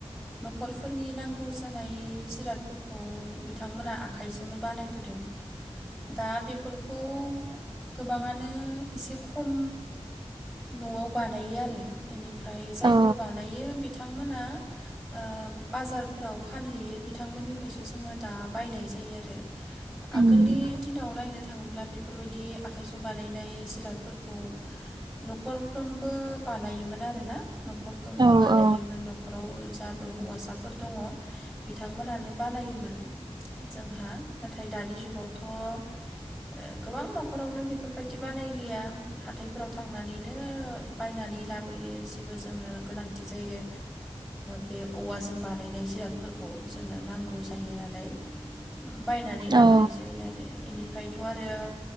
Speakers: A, in the centre; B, on the right.
A: नखरफोरनि नांगौ जानाय जिरादफोरखौ बिथांमोना आखाइजोंनो बानायबोदों दा बे फोरखौ गोबाङानो एसे खम न'आव बानायो आरो बेनि ओमफ्राय जायफोर
B: औ
A: बानायो। बिथांमोना ओ बाजारफोराव फानहैयो बिथांमोननिफ्रायसो जोङो दा बायनाय जायो आरो। आगोलनि
B: उम
A: दिनाव नायनो थाङोब्ला बेफोरबायदि आखाइजों बानायनाय जिरादफोरखौ नखरफ्रोमबो बानायोमोन आरो ना। नखरफ्रोमबो
B: औ
A: बानायोमोन
B: औ
A: नखराव जाबो हौवासा फोर दङ बिथां बिथांमोनानो बानायोमोन। जोंहा नाथाय दानि जुगावथ' गोबां नखरावनो बेफोरबायदि बानायलिया हाथायफोराव थांनानैनो बायनानै लाबोयो जेबो जोंनो गोनांथि जायो बे औवाजों बानायनाय जिरादफोरखौ जोंनो नांगौ जायो नालाय बायनानै लाबोनाय
B: औ
A: जायो आरो बेनिफ्राय। आरो